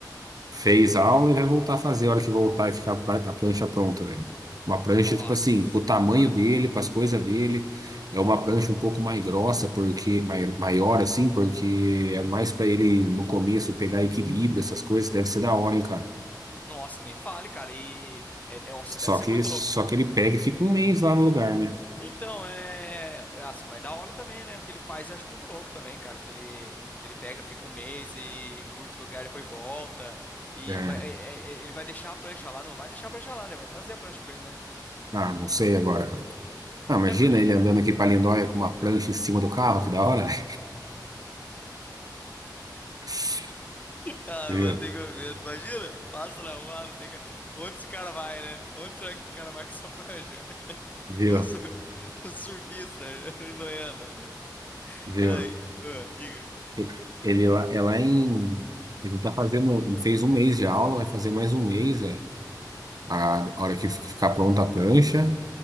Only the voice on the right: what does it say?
Fez a aula e vai voltar a fazer a hora que voltar e ficar a pra- a prancha pronta, velho. Uma prancha,
tipo assim, pro
tamanho
dele, pras coisas dele. É uma prancha um pouco mais grossa, porque mai- maior, assim, porque é mais pra ele, no começo, pegar equilíbrio, essas coisas. Deve ser da hora, hein, cara.
Só
que,
só
que ele pega e fica um mês lá no lugar, né?
É.
Ah, não sei agora, cara. Ah, imagina
ele andando
aqui pra Lindóia com uma prancha em cima do carro, que da hora, velho. <laughs>
Viu?
Viu?
Viu?
E- Ele lá, é lá em. Ele tá fazendo. Ele fez um mês de aula, vai fazer mais um mês, é. A hora que ficar pronta a prancha.